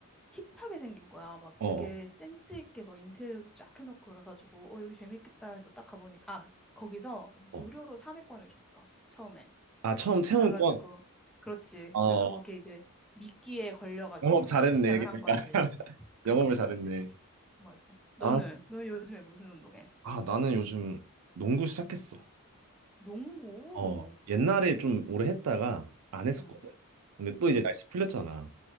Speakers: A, in the centre; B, on the right (about 80°).
A: 힙하게 생긴 거야. 막
B: 어어
A: 되게 센스 있게 막 인테리어도 쫙 해놓고 그래가지고, 어, 여기 재밌겠다 해서 딱 가보니까, 아, 거기서
B: 어.
A: 무료로
B: 어.
A: 3회권을 줬어. 처음에.
B: 아 처음 체험권
A: 그래가지고, 그렇지.
B: 어
A: 그래서 거기에 이제 미끼에 걸려가지고
B: 영업 잘했네
A: 시작을
B: 그러니까
A: 한 거지.
B: <laughs>
A: 그치,
B: 영업을
A: 그치.
B: 잘했네
A: 맞아. 너는,
B: 아,
A: 너는 요즘에 무슨 운동해?
B: 아 나는 요즘 농구 시작했어
A: 농구.
B: 어 옛날에 좀 오래 했다가 안 했었거든
A: 응,
B: 근데 또
A: 응.
B: 이제 날씨 풀렸잖아